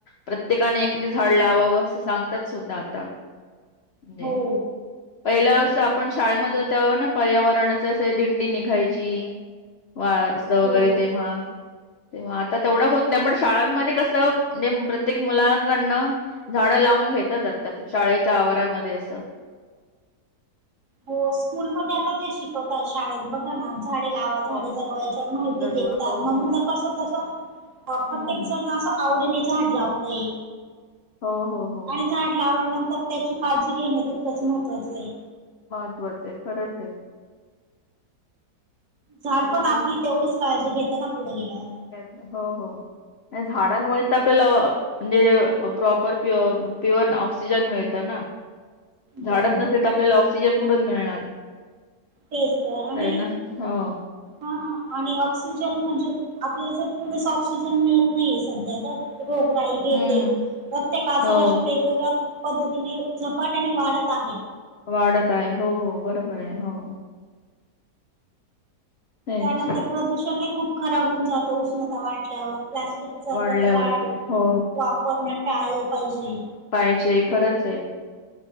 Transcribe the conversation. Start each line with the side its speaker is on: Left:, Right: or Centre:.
Left: प्रत्येकाने एक- एक झाड लावावं असं सांगतात सुद्धा आता. म्हणजे,
Right: हो
Left: पहिलं असं आपण शाळेमध्ये होतो त्यावेळे ना पर्यावरणाच अस दिंडी निघायची. वास्त वगैरे
Right: हो.
Left: तेव्हा. तेव्हा आता तेवढं होत नाही पण शाळांमध्ये कसं म्हणजे प्रत्येक मुलांकडनं झाडं लावून घेतात आता शाळेच्या आवारामध्ये असं.
Right: हो स्कूलमध्ये आता ते शिकवत‌ आहेत शाळेत बघा ना झाडे लावा झाडे
Left: हो हो
Right: जगवा याच्यावर माहिती
Left: जगवा
Right: देतात
Left: हो
Right: मग
Left: हो
Right: मुल तसं -तस प्रत्येक
Left: हम्म.
Right: जण असं आवडीने झाड लावतय.
Left: हो, हो, हो.
Right: आणि झाड लावल्यानंतर त्याची काळजी घेणं तितकंच महत्वाचये.
Left: महत्त्वाचं आहे खरंच आहे.
Right: झाड
Left: तर
Right: पण
Left: कसं
Right: आपली तेवढीच काळजी घेताना पुढे गेल्यावर.
Left: <inaudible> हो -हो आणि झाडांमुळे तर आपल्याला अ म्हणजे प्रॉपर प्युअ- प्युअर ऑक्सिजन मिळतं ना. झाडत
Right: बरोबर
Left: नसेल
Right: हो
Left: तर आपल्याला ऑक्सिजन पुढून मिळणार?
Right: तेच तर आणि
Left: आहे ना. हो.
Right: हा आणि ऑक्सिजन म्हणजे आपल्याला जर पुरेसा ऑक्सिजन मिळत नाहीये सध्या तर. रोगराई हे
Left: हम्म.
Right: ते प्रत्येक आजाराशी
Left: हो.
Right: वेगवेगळ्या पद्धतीने झपाट्याने वाढत आहे.
Left: वाढत आहे हो- हो बरोबर आहे, हो. तेच
Right: त्यानंतर प्रदूषणय खूप खराब होऊन जातं उष्णता वाढल्यावर. प्लास्टिकचा
Left: वाढल्यावर
Right: कचरा
Left: ते हो.
Right: वापरण टाळलं पाहिजे.
Left: पाहिजे खरंचये.